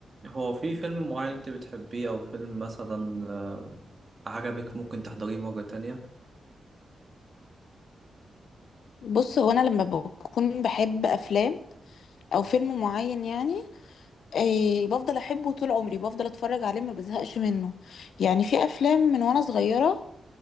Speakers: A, on the right (about 25°); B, on the left (about 75°).
A: هو في فيلم معين انت بتحبيه او فيلم مثلا آه، عجبك ممكن تحضريه مرة تانية
B: بص هو انا لما بكون بحب افلام او فيلم معين يعني إيه بفضل احبه طول عمري بفضل اتفرج عليه ما بزهقش منه يعني في افلام من وانا صغيرة